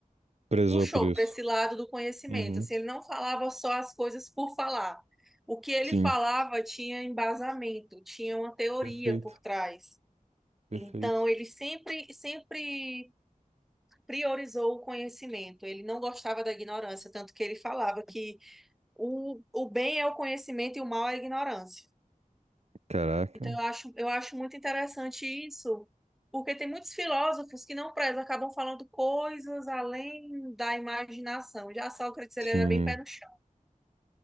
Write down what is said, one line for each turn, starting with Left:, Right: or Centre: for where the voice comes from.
Right: prezou
Centre: puxou
Right: por isso.
Centre: para esse lado do conhecimento.
Right: Uhum.
Centre: Assim, ele não falava só as coisas por falar. O que ele
Right: Sim.
Centre: falava tinha embasamento, tinha uma teoria
Right: perfeito,
Centre: por trás.
Right: perfeito.
Centre: Então, ele sempre, sempre priorizou o conhecimento, ele não gostava da ignorância, tanto que ele falava que o, o bem é o conhecimento e o mal é a ignorância.
Right: Caraca.
Centre: Então, eu acho, eu acho muito interessante isso, porque tem muitos filósofos que não prezam, acabam falando coisas além da imaginação. Já Sócrates, ele
Right: Sim,
Centre: era bem pé no chão.